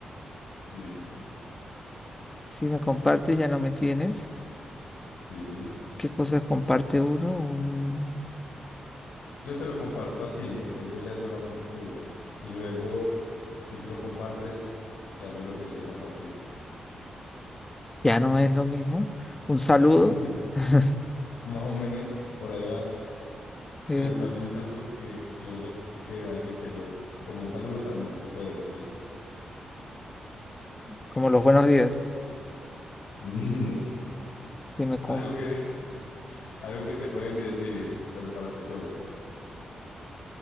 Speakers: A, on the left; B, on the left.
A: Sí.
B: Si me compartes, ya no me tienes.
A: Sí.
B: ¿Qué cosas comparte uno? Un-
A: Yo te lo comparto a ti, entonces ya es solamente tuyo. Y luego, si tú lo compartes, ya no es lo que yo te compartí.
B: Ya no es lo mismo. Un saludo,
A: <laughs> Más
B: <laughs>
A: o menos, por ahí va.
B: eh,
A: Pero también es algo que yo le, que alguien te lo, como un saludo también se puede decir. <laughs>
B: como los buenos días.
A: No.
B: Si me comparte.
A: Algo que, algo que te pueden decir, pero para ti solo. <laughs>